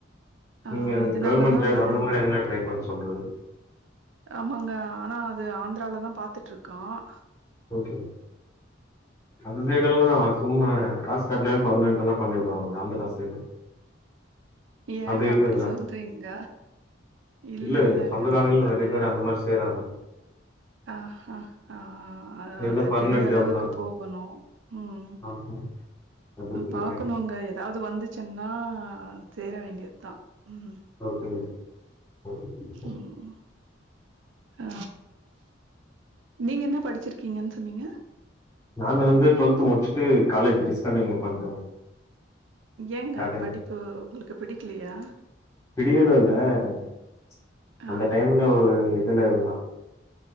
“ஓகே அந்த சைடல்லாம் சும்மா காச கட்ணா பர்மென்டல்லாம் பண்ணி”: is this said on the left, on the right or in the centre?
Left